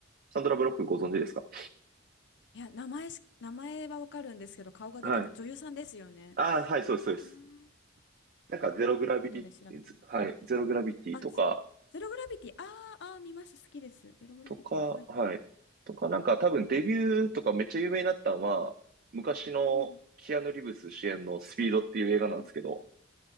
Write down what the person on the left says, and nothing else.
いや、名前し、名前はわかるんですけど、顔が出てこ、
女優さんですよね。
ああ
後で調べてみよう。
あ、ゼ、ゼログラビティ。あーあー、見ました。好きです。ゼログラビティ。
はいはい。
うん。
うん。